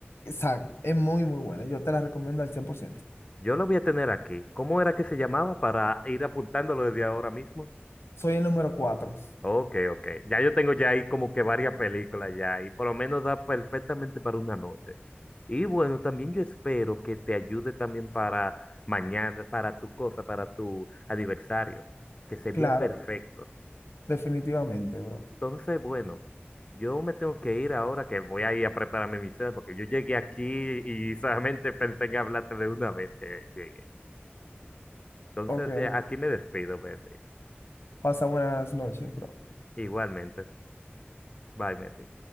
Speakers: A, on the left; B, on the left.
A: Exacto, es muy, muy buena. Yo te la recomiendo al cien por ciento
B: Yo lo voy a tener aquí. ¿Cómo era que se llamaba para ir apuntándolo desde ahora mismo?
A: Soy el número cuatro
B: Ok, ok. Ya yo tengo ya ahí como que varias películas ya y por lo menos da perfectamente para una noche. Y bueno, también yo espero que te ayude también para mañana, para tu cosa, para tu aniversario, que sería
A: Claro,
B: perfecto.
A: definitivamente, bro.
B: Entonces, bueno, yo me tengo que ir ahora que voy a ir a prepararme mi cena porque yo llegué aquí y solamente pensé en hablarte de una vez que llegué. Entonces,
A: Ok.
B: de aquí me despido, Mefi.
A: Pasa buenas noches, bro.
B: Igualmente. Bye, Mefi.